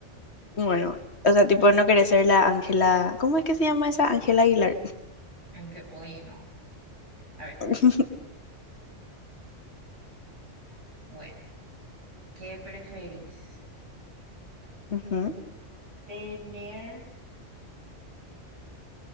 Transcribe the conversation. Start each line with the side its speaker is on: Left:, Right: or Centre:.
Left: bueno, o sea, tipo, no querés ser la Ángela. ¿Cómo es que se llama esa? Ángela Aguilar.
Right: Aunque hoy no. A ver,
Left: <laughs>
Right: bueno. ¿Qué preferís?
Left: Ujú,
Right: ¿Tener,